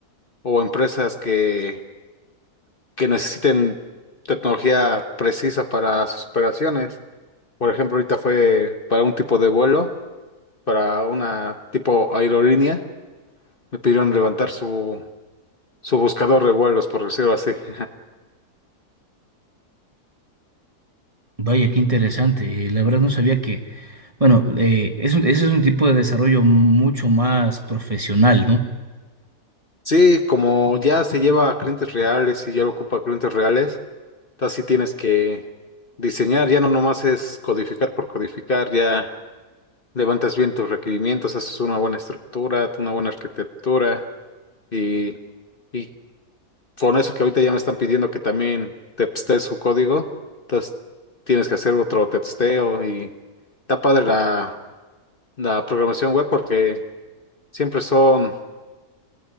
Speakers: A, on the left (about 35°); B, on the right (about 20°).
A: o empresas que, que necesiten tecnología precisa para sus operaciones. Por ejemplo, ahorita fue para un tipo de vuelo, para una tipo aerolínea, me pidieron levantar su, su buscador de vuelos, por decirlo así. <laughs>
B: Vaya, qué interesante. Eh, la verdad no sabía que Bueno, eh, es un- ese es un tipo de desarrollo mucho más profesional, ¿no?
A: Sí, como ya se lleva a clientes reales y ya lo ocupa clientes reales. Entonces sí tienes que diseñar, ya no nomás es codificar por codificar, ya levantas bien tus requerimientos, haces una buena estructura, una buena arquitectura y, y con eso que ahorita ya me están pidiendo que también testees su código, entonces tienes que hacer otro testeo y está padre la, la programación web porque siempre son